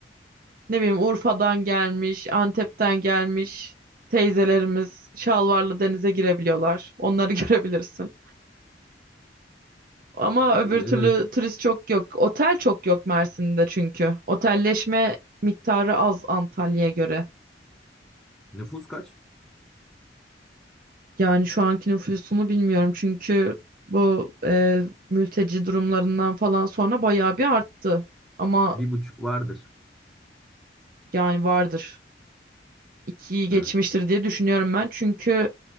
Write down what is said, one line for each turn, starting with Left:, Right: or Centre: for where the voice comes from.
Right: ne bileyim Urfa'dan gelmiş, Antep'ten gelmiş teyzelerimiz şalvarlı denize girebiliyorlar. Onları <laughs> görebilirsin. Ama
Centre: E,
Right: öbür
Centre: Evet.
Right: türlü turist çok yok. Otel çok yok Mersin'de çünkü. Otelleşme miktarı az Antalya'ya göre.
Centre: Nüfus kaç?
Right: Yani şu anki nüfusunu bilmiyorum çünkü bu e, mülteci durumlarından falan sonra bayağı bir arttı. Ama
Centre: Bir buçuk vardır.
Right: yani vardır. İkiyi geçmiştir
Centre: Evet.
Right: diye düşünüyorum ben. Çünkü